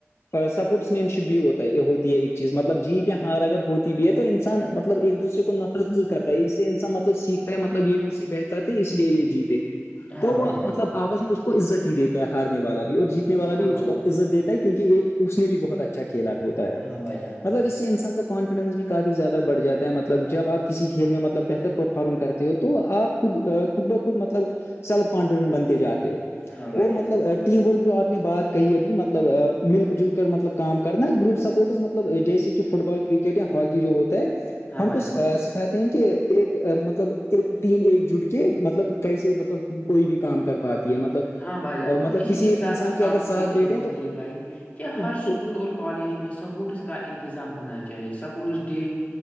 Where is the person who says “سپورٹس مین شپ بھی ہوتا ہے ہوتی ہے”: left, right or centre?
Left